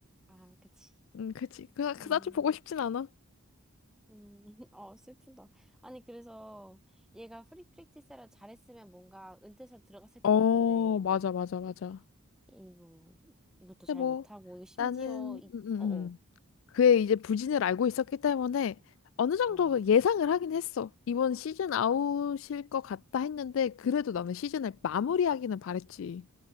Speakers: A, in the centre; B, on the left.
A: 아, 그치.
B: 음 그치 그나 그다지
A: 음,
B: 보고 싶진 않아
A: 음, <laughs> 어, 슬프다. 아니, 그래서 얘가 프리 프랙티스를 잘했으면 뭔가 은퇴설 들어갔을 것
B: 어
A: 같은데,
B: 맞아
A: 뭐,
B: 맞아 맞아
A: 이, 뭐, 이것도
B: 근데
A: 잘
B: 뭐
A: 못하고, 이거 심지어,
B: 나는
A: 이,
B: 음, 음,
A: 어, 어,
B: 음. 그의 이제 부진을 알고 있었기 때문에 어느 정도
A: 어,
B: 예상을 하긴 했어 이번 시즌 아웃일 것 같다 했는데 그래도 나는 시즌을 마무리하기는 바랬지